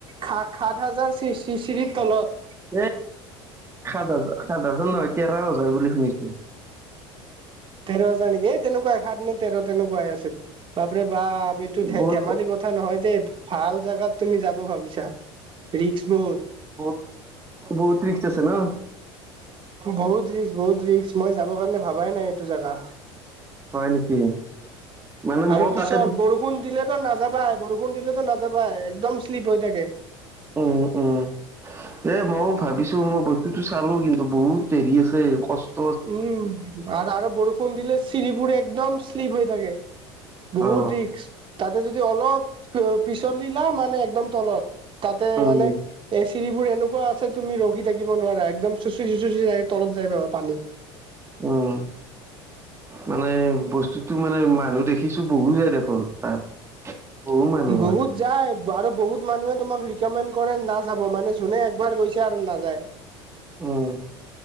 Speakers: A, on the right; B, on the right.
A: সাত হাজাৰ চিৰি - চিৰি -চিৰিৰ তলত।
B: এ, সাত হাজাৰ- সাত হাজাৰ নহয়, তেৰ হাজাৰ বুলি শুনিছোঁ।
A: তেৰ হাজাৰ নেকি? এ, তেনেকুৱাই, সাত নে তেৰ তেনেকুৱাই আছিল। বাপৰে বাপ! এইটো ধে,
B: বহুত
A: ধেমালি কথ কথা নহয় দে ভাল জাগাত তুমি যাব ভাবিছা ৰিক্স বহুত।
B: বহুত বহুত ৰিক্স আছে ন?
A: বহুত ৰিক্স বহুত ৰিক্স মই যাবৰ কাৰণে ভাবাই নাই এইটো জাগা।
B: হয় নেকি? মানে মইও
A: আৰু পিছত
B: তাকে
A: বৰষুণ দিলেতো নাযাবাই বৰষুণ দিলেতো নাযাবাই একদম শ্লিপ হৈ থাকে।
B: অহ অহ। এ মইও ভাবিছো মই বস্তুটো চালো কিন্তু বহুত দেৰি আছে কচ -
A: উম, আৰ আৰু বৰষুণ দিলে চিৰিবোৰ একদম শ্লিপ হৈ থাকে। বহুত
B: অ
A: ৰিক্স তাতে যদি অলপ পিছলিলা মানে একদম তলত। তাতে
B: উম
A: মানে এ চিৰিবোৰ এনেকুৱা আছে তুমি ৰখি থাকিব নোৱাৰা একদম চুঁচুৰি চুঁচুৰি যাই তলত যায় পাবা পানী।
B: উম। মানে বস্তুতো মানে মানুহ দেখিছো বহু যায় দেখোন তাত। বহু মানুহ হয়
A: বহুত যায় আৰু বহুত মানুহে তোমাক ৰিকমেণ্ড কৰে নাযাব মানে যোনে একবাৰ গৈছে আৰু নাযায়।
B: উম